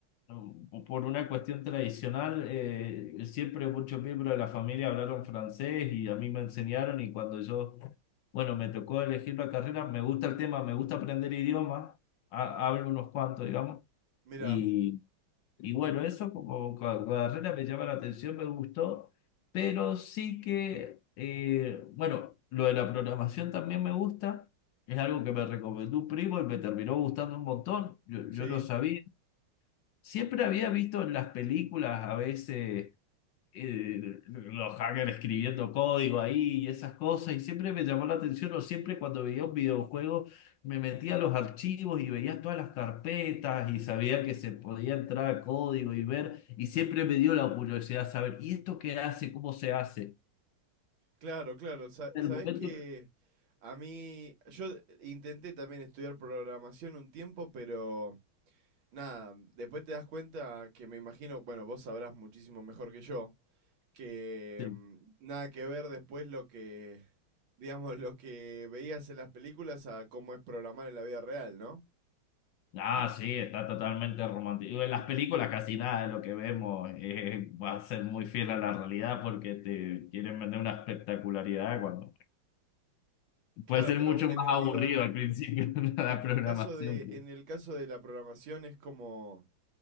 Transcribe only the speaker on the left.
Bueno, Por una cuestión tradicional, eh, siempre muchos miembros de la familia hablaron francés y a mí me enseñaron y cuando yo, bueno, me tocó elegir la carrera, me gusta el tema, me gusta aprender idiomas, ha- hablo unos cuantos, digamos,
y, y bueno, eso como ca- carrera me llama la atención, me gustó, pero sí que, eh, bueno, lo de la programación también me gusta, es algo que me recomendó un primo y me terminó gustando un montón, yo,
yo no sabía. Siempre había visto en las películas a veces eh, los hackers escribiendo código ahí y esas cosas, y siempre me llamó la atención, o siempre cuando veía un videojuego me metía a los archivos y veía todas las carpetas y sabía que se podía entrar a código y ver, y siempre me dio la curiosidad saber, ¿y esto qué hace? ¿Cómo se hace?
En
el momento.
sí.
Ah, sí, está totalmente romántico. En las películas casi nada de lo que vemos eh, va a ser muy fiel a la realidad porque te quieren vender una espectacularidad cuando
puede ser
mucho
más
aburrido
al principio <laughs> la
programación
que